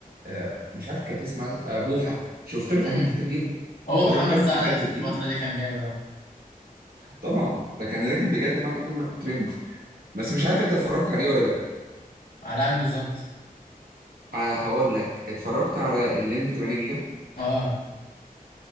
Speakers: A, on the right (about 85°); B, on the left (about 75°).
A: آه، مش عارف كانت اسمها آه، بوحه شفت له حاجات
B: امم
A: كتير جدا
B: هو
A: وهو
B: محمد
A: بجد
B: سعد
A: بجد
B: في الفترة
A: تقيل
B: دي كان جامد اهو
A: طبعا ده كان راكب بجد معنى كلمة ترند بس مش
B: شوف
A: عارف انت اتفرجت عليه ولا لا
B: علقني بالظبط
A: ع- هقول لك اتفرجت على الليمبي 8 جيجا
B: اه